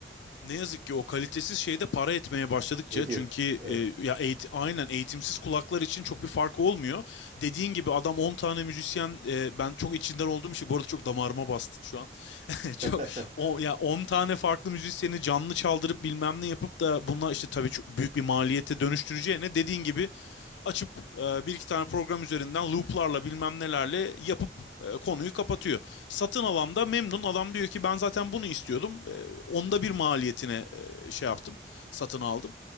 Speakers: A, on the left (about 85°); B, on the right (about 40°).
A: Ne yazık ki o kalitesiz şeyde para etmeye başladıkça
B: Ediyor.
A: çünkü e,
B: Evet.
A: ya eğit- aynen eğitimsiz kulaklar için çok bir farkı olmuyor. Dediğin gibi adam 10 tane müzisyen e, ben çok içinden olduğum şey bu arada çok damarıma bastı şu an. <laughs>
B: <laughs>
A: Çok o ya 10 tane farklı müzisyeni canlı çaldırıp bilmem ne yapıp da bunlar işte tabii çok büyük bir maliyete dönüştüreceğine dediğin gibi açıp e, bir iki tane program üzerinden looplarla bilmem nelerle yapıp e, konuyu kapatıyor. Satın alan da memnun adam diyor ki ben zaten bunu istiyordum. E, onda bir maliyetine e, şey yaptım. Satın aldım.